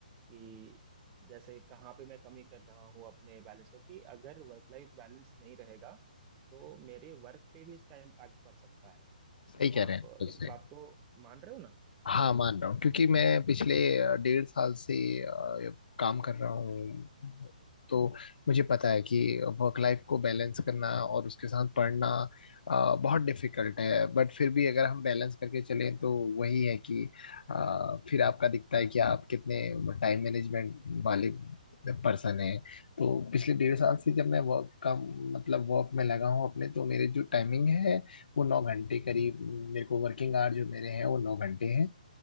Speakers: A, on the right (about 20°); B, on the left (about 75°).
A: कि जैसे कहाँ पे मैं कमी कर रहा हूँ अपने बैलेंस को कि अगर वर्क लाइफ बैलेंस नहीं रहेगा तो मेरे वर्क पे भी इसका इम्पैक्ट पड़ सकता है
B: सही कह
A: आप
B: रहे हैं बिल्कुल
A: इस
B: सही
A: बात को मान रहे हो ना
B: हाँ
A: हम्म,
B: मान रहा हूँ क्योंकि मैं पिछले अ, डेढ़ साल से अ, काम कर रहा हूँ तो मुझे पता है कि वर्क लाइफ को बैलेंस करना और उसके साथ पढ़ना अ, बहुत डिफिकल्ट है बट फिर भी अगर हम बैलेंस करके चलें तो वही है कि अ, फिर आपका दिखता है कि आप कितने टाइम मैनेजमेंट वाले पर्सन हैं तो पिछले डेढ़ साल से जब मैं वर्क का मतलब वर्क में लगा हूँ अपने तो मेरे जो टाइमिंग है वो नौ घंटे करीब मेरे को वर्किंग आवर जो मेरे हैं वो नौ घंटे हैं